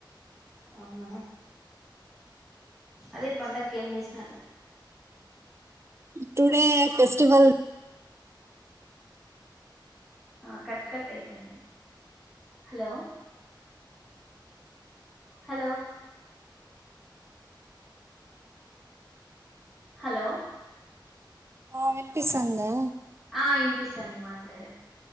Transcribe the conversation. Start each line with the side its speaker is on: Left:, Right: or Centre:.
Centre: అవునా అదే పండగ ఏం చేసినారు
Right: టుడే ఫెస్టివల్
Centre: ఆ కట్ కట్ అవుతుండి హలో హలో హలో
Right: ఆ వినిపిస్తు అందా
Centre: ఆ ఇనిపిస్తండి మాట్లాడే